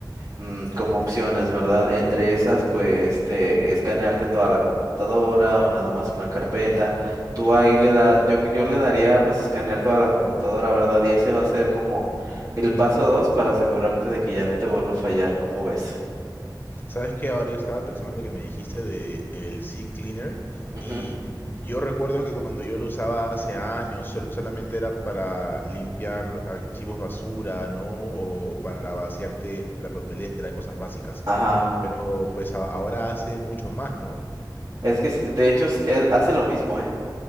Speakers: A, on the right; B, on the left.
A: mm, como opciones, ¿verdad? Entre esas, pues, te escanearte toda la computadora o nada más una carpeta. Tú ahí le das, yo, yo le daría, pues, escanear toda la computadora, ¿verdad? Y ese va a ser como el paso dos para asegurarte de que ya no te vuelva a fallar, ¿cómo ves?
B: Sabes que ahora yo estaba pensando en lo que me dijiste de el Sea Cleaner
A: Ujú.
B: y yo recuerdo que cuando yo lo usaba hace años sol- solamente era para limpiar archivos basura, ¿no? O, o para vaciarte la papelera, cosas básicas.
A: Ajá.
B: Pero pues a- ahora hace mucho más, ¿no?
A: Es que, sí, de hecho, sí, eh, hace lo mismo, ¿eh?